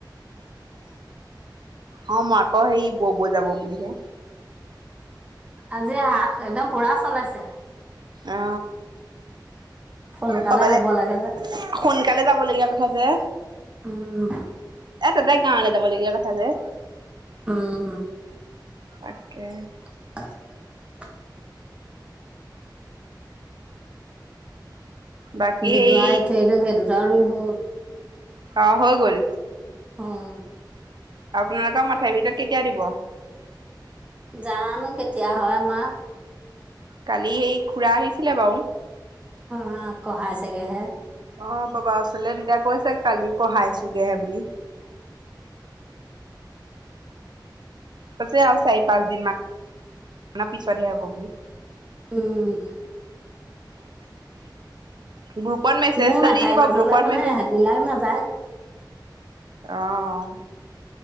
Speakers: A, on the right; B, on the right.
A: অ মই আকৌ হেই বৌবৌ যাব বুলিহে।
B: আজি হাত একদম পুৰা চলাইছে।
A: অ
B: সোনকালে
A: কবালে।
B: হ'ব লাগে যে
A: সোনকালে যাব লগীয়া কথা যে
B: উম
A: এ তাতেই গাঁৱলৈ যাবলগীয়া কথা যে।
B: উম।
A: তাকে
B: উ <unintelligible>
A: বাকী
B: দু
A: এই
B: ডোৱা থৈলো সেই দুডা বিভো।
A: অঁ হৈ গ'ল।
B: অঁ'।
A: আপোনালোকৰ মাথাই ভিতৰত কেতিয়া দিব?
B: জানো কেতিয়া হয় আমা?
A: কালি সেই খুৰা আহিছিলে বাও।
B: অঁ কহাই ছেগেহে।
A: অঁ বাবা ওচলে তেতিয়া কৈছে, কালি কঢ়াই ছোগেহে বুলি। কৈছে আৰু চাৰি পাঁচ দিন মানৰ পিছতহে হ'ব বুলি।
B: উম'।
A: গ্ৰুপত মেছেজ
B: মোৰ
A: এটা
B: মাথাই
A: দি দিব,
B: মাজলৈ
A: গ্ৰুপত
B: মানে
A: মেছেজ-
B: হেতবিলাক নাযায়
A: অঁ,